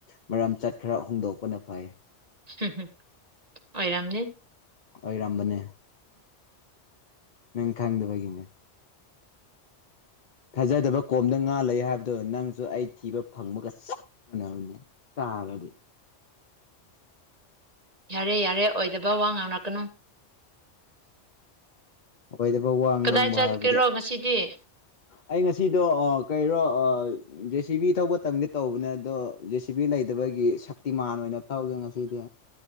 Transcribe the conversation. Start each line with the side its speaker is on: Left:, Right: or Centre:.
Left: ꯃꯔꯝ ꯆꯠ ꯈꯔ ꯍꯣꯡꯗꯣꯛꯄꯅ ꯐꯩ
Right: ꯍꯝ ꯑꯣꯏꯔꯝꯅꯤ
Left: ꯑꯣꯏꯔꯝꯕꯅꯦ ꯅꯪ ꯈꯪꯗꯕꯒꯤꯅꯦ ꯊꯥꯖꯗꯕ ꯀꯣꯝꯗ ꯉꯥ ꯂꯩ ꯍꯥꯏꯕꯗꯣ ꯅꯪꯁꯨ ꯑꯩ ꯊꯤꯕ ꯐꯪꯕꯒ ꯆꯞ ꯃꯥꯟꯅꯕꯅꯦ ꯇꯒꯗꯤ
Right: ꯌꯥꯔꯦ ꯌꯥꯔꯦ ꯑꯣꯏꯗꯕ ꯋꯥ ꯉꯥꯡꯔꯛꯀꯅꯨ
Left: ꯑꯣꯏꯗꯕ ꯋꯥ ꯉꯥꯡꯕ
Right: ꯀꯗꯥꯏ ꯆꯠꯀꯦꯔꯣ
Left: ꯍꯥꯏꯕꯗꯤ
Right: ꯉꯁꯤꯗꯤ
Left: ꯑꯩ ꯉꯁꯤꯗꯣ ꯀꯔꯣ ꯖꯦꯁꯤꯕꯤ ꯊꯧꯕ ꯇꯝꯒꯦ ꯇꯧꯕꯅꯦ ꯑꯗꯣ ꯖꯦꯁꯤꯕꯤ ꯂꯩ ꯍꯩꯇꯕꯒꯤ ꯁꯛꯇꯤꯃꯥꯟ ꯑꯣꯏꯅ ꯇꯧꯒꯦ ꯉꯁꯤꯗꯤ